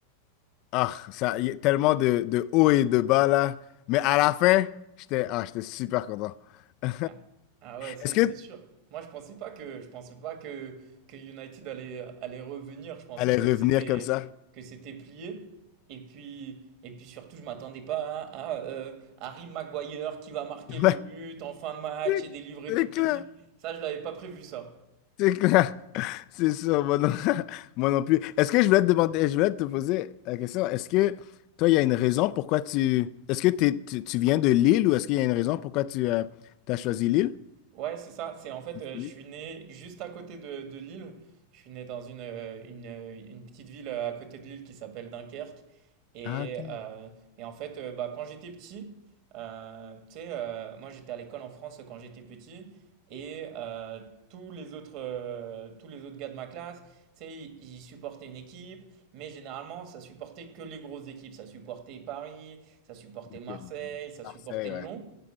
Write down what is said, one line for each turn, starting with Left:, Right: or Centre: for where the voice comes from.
Left: Ah, ça y a tellement de de haut et de bas là, mais à la fin, j'étais ah, j'étais super content. <laughs>
Right: Ah, Ah ouais, c'est
Left: Est-ce que
Right: c'est sûr. Moi, je pensais pas que je pensais pas que que United allait allait revenir. Je pensais
Left: allait
Right: que
Left: revenir
Right: c'était
Left: comme ça.
Right: que c'était plié. Et puis et puis surtout, je m'attendais pas à, à, euh, Harry Maguire qui va marquer le
Left: Ouais,
Right: but en fin de match
Left: c'est
Right: et délivrer
Left: c'est
Right: toute
Left: clair.
Right: l'équipe. Ça, je l'avais pas prévu ça.
Left: C'est clair. C'est sûr, moi non, <laughs> moi non plus. Est-ce que je voulais te demander, je voulais te poser la question, est-ce que toi, il y a une raison pourquoi tu... Est-ce que t'es- tu, tu viens de Lille ou est-ce qu'il y a une raison pourquoi tu as choisi Lille?
Right: Ouais, c'est ça. C'est en fait,
Left: Tu
Right: euh,
Left: suis
Right: je
Left: Lille.
Right: suis né juste à côté de, de Lille. Je suis né dans une, euh, une, euh, une petite ville euh, à côté de Lille qui s'appelle Dunkerque. Et,
Left: Ah, ok.
Right: euh, et en fait, euh, bah, quand j'étais petit, euh, tu sais, euh, moi j'étais à l'école en France quand j'étais petit. Et euh, tous les autres, euh, tous les autres gars de ma classe, tu sais, ils, ils supportaient une équipe. Mais généralement, ça supportait que les grosses équipes. Ça supportait Paris, ça supportait
Left: Ok.
Right: Marseille, ça
Left: Marseille,
Right: supportait Lyon.
Left: ouais.